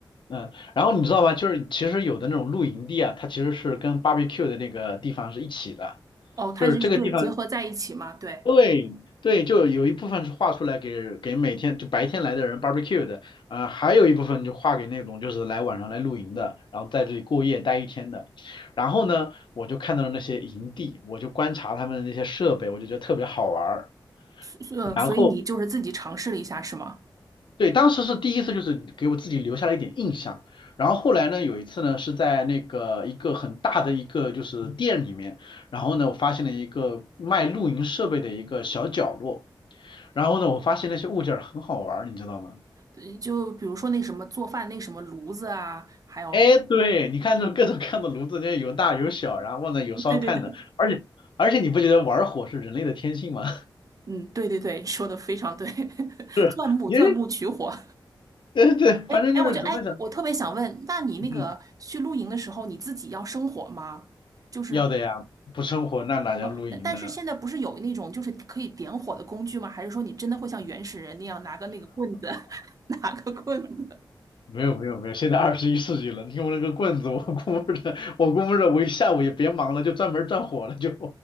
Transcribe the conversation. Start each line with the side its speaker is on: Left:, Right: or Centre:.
Left: 嗯，然后你知道吗？就是其实有的那种露营地啊，它其实是跟 barbecue 的那个地方是一起的，
Right: 哦，它就是对结合在一起嘛，
Left: 就是这个地方。
Right: 对，
Left: 对对，就有一部分是画出来给给每天就白天来的人 barbecue 的，呃，还有一部分就画给那种就是来晚上来露营的，然后在这里过夜待一天的。然后呢，我就看到了那些营地，我就观察他们的那些设备，我就觉得特别好玩儿。
Right: 所呃所以你就是自己尝试了一下是吗？
Left: 然后对，当时是第一次，就是给我自己留下了一点印象。然后后来呢，有一次呢是在那个一个很大的一个就是店里面，然后呢我发现了一个卖露营设备的一个小角落。然后呢，我发现那些物件儿很好玩儿，你知道吗？
Right: 对就比如说那什么做饭那什么炉子啊，还有，
Left: 哎，对，你看这各种各样的炉子，这有大有小，然后呢有烧炭的，
Right: 嗯对对对，
Left: 而且而且你不觉得玩火是人类的天性吗？<laughs>
Right: 嗯，对对对，说的非常对，<laughs>
Left: 是，
Right: 钻木钻木取火。
Left: 你是，对对，
Right: 哎哎，
Left: 反正就是怎么讲，
Right: 我就哎，我特别想问，那你那个去露营的时候，
Left: 嗯，嗯
Right: 你自己要生火吗？就是
Left: 要的呀，不生火那哪叫露营呢？
Right: 哦，但但是现在不是有那种就是可以点火的工具吗？还是说你真的会像原始人那样拿个那个棍子，<laughs> 拿个棍子？
Left: 没有没有没有，现在二十一世纪了，你用那个棍子，我估摸着我估摸着我一下午也别忙了，就专门转火了，就